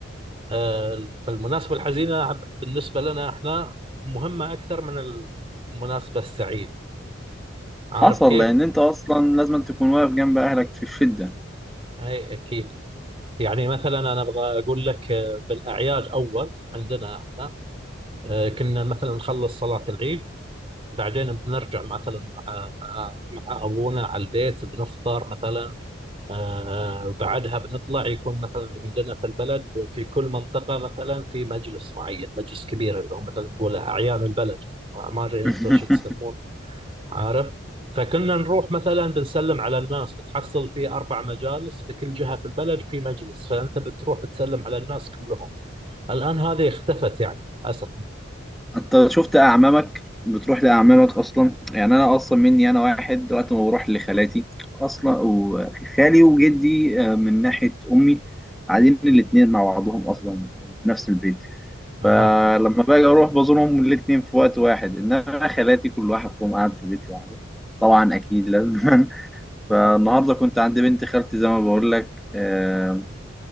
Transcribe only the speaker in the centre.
حصل
لأن أنت أصلا لازم تكون واقف جنب أهلك في الشدة
<laughs>
انت شفت اعمامك بتروح لاعمامك اصلا يعني انا اصلا مني انا واحد وقت ما بروح لخالاتي اصلا وخالي وجدي آه، من ناحيه امي قاعدين الاثنين مع بعضهم اصلا في نفس البيت
فلما باجي اروح بزورهم الاثنين في وقت واحد انما خالاتي كل واحد فيهم قاعد في بيت لوحده طبعا اكيد لازم <laughs> فالنهارده كنت عند بنت خالتي زي ما بقول لك آه،